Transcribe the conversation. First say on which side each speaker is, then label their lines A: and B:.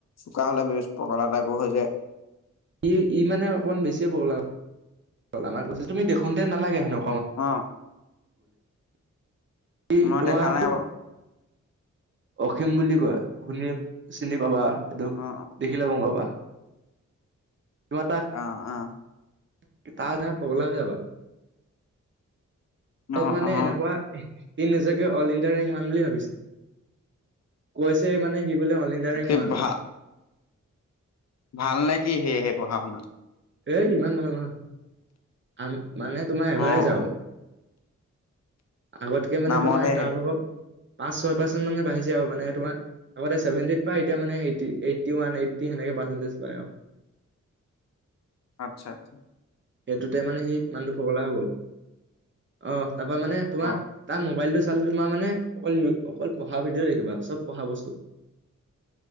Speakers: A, on the left; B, on the right.
A: চোকা হলে পগলা টাইপৰ হৈ যায়।
B: ই ই মানে অকমান বেছিয়েই পগলা হ'ল, তুমি দেখোনতে নালাগে হেনো
A: অ
B: <unintelligible>
A: মই দেখা নাই বাৰু
B: অসীম বুলি কয়, শুনি চিনি পাবা এইটো
A: অ অ
B: দেখিলে গম পাবা। তোমাৰ তাক
A: অ অ
B: তাৰ কাৰণে পগলা হৈ যাবা?
A: অ
B: তাত মানে
A: অ
B: এনেকুৱা
A: অ
B: ই নিজকে অল ইণ্ডিয়া ৰেংক ৱান বুলি ভাবিছে কৈ মানে সি বোলে অল ইণ্ডিয়া ৰেং
A: কি
B: ৱান।
A: ভাল ভাল নে কি সে সে পঢ়া শুনাত
B: এ ইমান ভাল নহয় আ মানে তোমাৰ এভাৰেজ
A: অ
B: আও।
A: অ
B: আগতকে মানে
A: নামতহে
B: তোমাৰ তাৰ
A: সেই
B: ভাগ পাঁচ ছয় পাৰ্চেট মানে বাঢ়িছে আৰু মানে তোমাৰ আগতে চেভেন্টি পাই এতিয়া মানে এই এইটি ওৱান এইটি সেনে সেই পাৰ্চেনটেজ পাই আও।
A: আত্ছা আত্ছা
B: সেইটোতে মানে সি মানুহটো পগলা হৈ গ'ল। অঁ তাপা মানে তোমাৰ
A: অ
B: তাৰ মোবাইলটো তোমাৰ মানে অকল, অকল পঢ়া ভিডিঅ এ দেখিবা চব পঢ়াবস্তু।